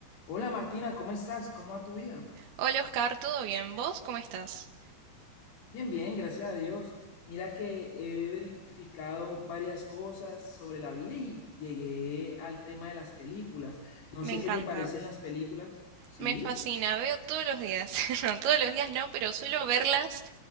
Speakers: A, on the left; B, on the right.
A: Hola Martina, ¿cómo estás? ¿Cómo va tu vida?
B: Hola Oscar, ¿todo bien? ¿Vos cómo estás?
A: Bien, bien, gracias a Dios. Mira que he verificado varias cosas sobre la vida y llegué al tema de las películas. No
B: Me
A: sé
B: encanta,
A: qué te parecen las películas. Sí,
B: me fascina, veo todos los días, <laughs> no, todos los días no, pero suelo verlas